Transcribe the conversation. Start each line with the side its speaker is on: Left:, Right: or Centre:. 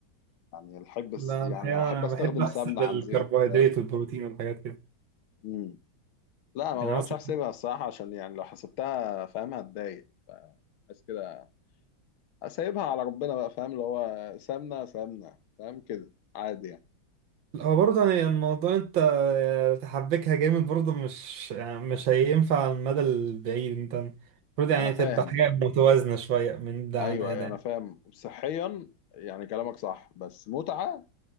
Left: يعني احب
Right: لا
Left: يعني
Right: الحقيقة
Left: احب
Right: أنا
Left: استخدم
Right: بحب أحسب
Left: سمنه
Right: الكربوهيدرات
Left: عن زيت فاهم
Right: والبروتين والحاجات كده
Left: مم. لا ما
Right: يعني
Left: بقعدش
Right: مثلا
Left: احسبها الصراحه عشان يعني لو حسبتها فاهم هتضايق ف- بس كده اسيبها على ربنا بقى فاهم اللي هو سمنه سمنه فاهم كده عادي يعني
Right: هو برضه يعني الموضوع انت آه، تحبكها جامد برضه مش يعني مش هينفع على المدى البعيد انت المفروض يعني
Left: انا فاهم
Right: تبقى حاجة متوازنة شوية من ده
Left: ايوه
Right: على
Left: أيوة،
Right: ده
Left: انا فاهم صحيا يعني كلامك صح بس متعه